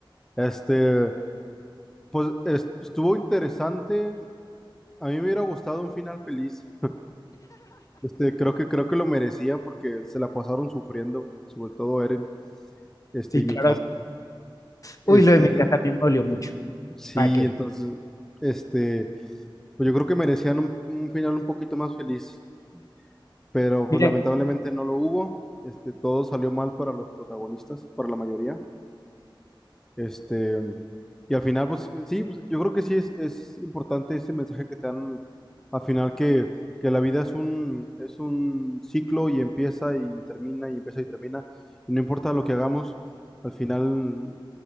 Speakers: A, in the centre; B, on the left.
A: Este, pues es- estuvo interesante. A mí me hubiera gustado un final feliz. Este, creo que, creo que lo merecían porque se la pasaron sufriendo, sobre todo Eren, este,
B: Sí,
A: y
B: claro.
A: mi Este,
B: Uy, lo de mi casa también me dolió mucho.
A: sí,
B: ¿Para qué?
A: entonces, este, pues yo creo que merecían un, un final un poquito más feliz, pero pues
B: Mira,
A: lamentablemente no lo hubo. Este, todo salió mal para los protagonistas, para la mayoría. Este, y al final, pues sí, pues, yo creo que sí es, es importante ese mensaje que te dan al final que, que la vida es un, es un ciclo y empieza y termina y empieza y termina. Y no importa lo que hagamos, al final